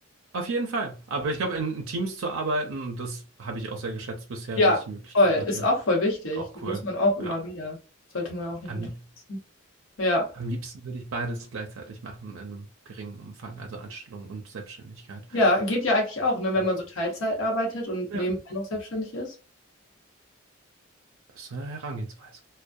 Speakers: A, on the right; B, on the left.
A: Auf jeden Fall. Aber ich glaube, in, in Teams zu arbeiten, und das habe ich auch sehr geschätzt bisher,
B: Ja,
A: wenn ich die Möglichkeit
B: voll.
A: hatte.
B: Ist auch voll wichtig.
A: Auch
B: Muss
A: cool.
B: man auch immer
A: Ja.
B: wieder. Sollte man auch nicht
A: Am,
B: unterschätzen.
A: lie-
B: Ja.
A: am liebsten würde ich beides gleichzeitig machen, in einem geringen Umfang, also Anstellung und Selbstständigkeit.
B: Ja, geht ja eigentlich auch, ne, wenn
A: Ja.
B: man so Teilzeit arbeitet und
A: Ja,
B: nebenbei noch selbstständig ist.
A: das ist eine Herangehensweise.